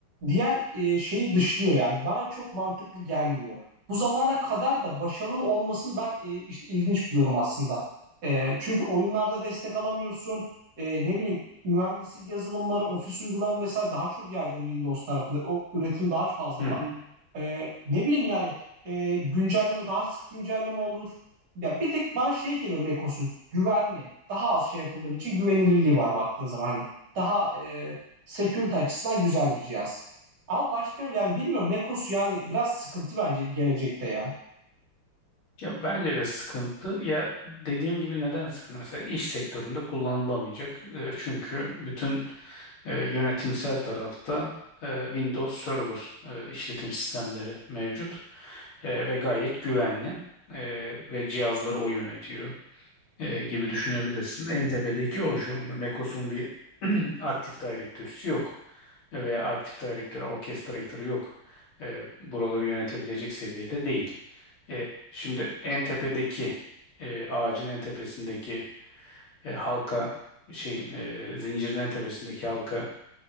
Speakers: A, on the right; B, on the left.
A: diğer e, şeyi dışlıyor yani. Bana çok mantıklı gelmiyor. Bu zamana kadar da başarılı olmasını ben e, işte ilginç buluyorum aslında. E, çünkü oyunlarda destek alamıyorsun. E, ne bileyim mühendislik yazılımları, ofis uygulama vesaire daha çok yaygın Windows tarafında. O üretim daha fazla
B: Hı
A: var.
B: hı.
A: Ee, ne bileyim yani e, güncelleme daha sık güncelleme olur. Ya bir tek bana şey geliyor Macos'un güvenli. Daha az şey yapıldığı için güvenilirliği var baktığın zaman hani. Daha e, security açısından güzel bir cihaz. Ama başka yani bilmiyorum Mekos yani biraz sıkıntı bence gelecekte ya.
B: Ya bence de sıkıntı. Ya dediğim gibi neden sıkıntı? Mesela iş sektöründe kullanılamayacak. E, Çünkü bütün e, yönetimsel tarafta e, Windows Server e, işletim sistemleri mevcut E, ve gayet güvenli E, ve cihazları o yönetiyor e, gibi düşünebilirsin. En tepedeki o şu anda. Mekos'un bir <clears throat> aktif direktörüsü yok. E, Veya aktif direktör, orchestrator'ı yok. E, buraları yönetebilecek seviyede değil. E, şimdi en tepedeki e, ağacın en tepesindeki e, halka şeyin e, zincirin en tepesindeki halka